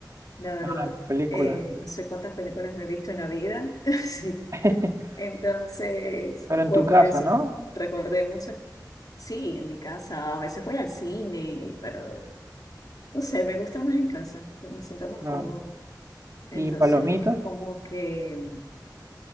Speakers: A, on the left; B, on the right.
A: la verdad.
B: Ah, las películas.
A: Eh, no sé cuántas películas me he visto en la vida, <laughs> sí.
B: <laughs>
A: Entonces,
B: Pero en
A: pues
B: tu casa,
A: por eso,
B: ¿no?
A: recordé mucho. Sí, en mi casa, a veces voy al cine, pero no sé, me gusta más en casa, me siento más
B: Claro.
A: cómodo. Entonces,
B: ¿Y palomitas?
A: es como que...